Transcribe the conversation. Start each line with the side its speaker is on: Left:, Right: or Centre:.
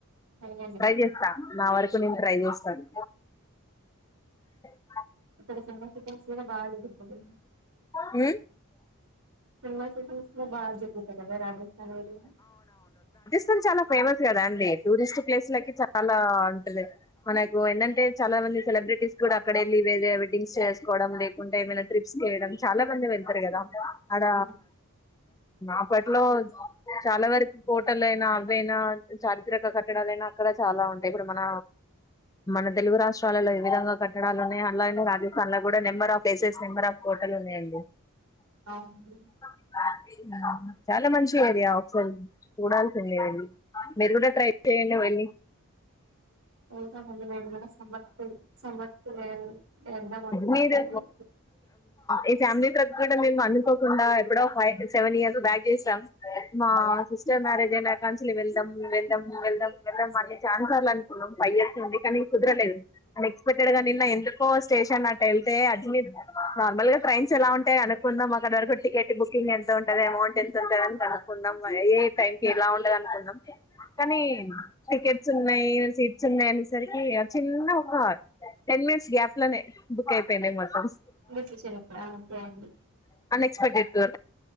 Right: చెయ్యండి
Left: ట్రై
Right: ఈసారి
Left: చేస్తా నా వర ఇప్పుడు నేను ట్రై చేస్తాను అ
Right: అక్కడ సినిమా షూటింగ్స్ కూడా బాగా జరుగుతది
Left: మ్
Right: సినిమా షూటింగ్స్ కూడా బాగా జరుగుతాయి కదా రాజస్థాన్ ఏరియా
Left: మొత్తం చాలా ఫేమస్ కదా అండి టూరిస్ట్ ప్లేస్ లకి చాలా ఉంటది మనకు ఏందంటే చాలా మంది సెలబ్రిటీస్ కూడా అక్కడ వెళ్లి వేరే వెడ్డింగ్స్ చేసేసుకోవడం లేకుంటే ఏమైనా ట్రిప్స్ కి వేళ్లడం చాలా మంది వెళ్తారు కదా అడ
Right: అవును
Left: అప్పట్లో చాలా వరకు కోటలు అయినా అవయినా చారిత్రక కట్టడాలయినా అక్కడ చాలా ఉంటాయి ఇప్పుడు మన మన తెలుగు రాష్ట్రాలలో ఏ విధంగా కట్టడాలు ఉన్నాయో అలాగనే రాజస్థాన్ లో కూడా నెంబర్ ఆఫ్ ప్లేసెస్ నెంబర్ఫ్ కో టలు ఉన్నాయండి
Right: అవును
Left: ఉం చాలా మంచి ఏరియా ఒకసారి చూడాల్సిందే వెళ్లి మీరు కూడా ట్రై చేయండి వెళ్లి
Right: పోదాం అండి నేను కూడా సమ్మర్ టూర్ సమ్మర్ టూర్ ఏ ఏద్దామనుకుంటున్న
Left: మీరు ఈ ఫ్యామిలీ ట్రిప్ కూడా మేము అనుకోకుండా ఎప్పుడో ఫైవ్ సెవెన్ ఇయర్స్ బ్యాక్ చేసాం మా సిస్టర్ మ్యారేజ్ అయినా కానుంచి వెళ్దాం వెళ్దాం వెళ్దాం వెళ్దాం అని ఛానా సార్లు అనుకున్నాం ఫైవ్ ఇయర్స్ నుండి కానీ కుదరలేదు అన్ ఎక్స్పెక్టెడ్ గా నిన్న ఎందుకో స్టేషన్ అట్ వెళ్తే అజ్మి మీదు నార్మల్గా ట్రైన్స్ ఎలా ఉంటాయ అనుకున్నం అక్కడి వరకు టికెట్ బుకింగ్ ఎంత ఉంటది అమౌంట్ ఎంత ఉంటది అని కనుకున్నం ఏ టైంకి ఎలా ఉంటది అనుకున్నం కనీ టికెట్స్ ఉన్నాయి సీట్స్ ఉన్నాయి అనే సరికి చిన్న ఒక టెన్ మినిట్స్ గ్యాప్ లనే బుక్ అయిపోయినాయి మొత్తం స్
Right: డెషిషన్ అ ఓకే అండి
Left: క్స్పెక్టెడ్ గ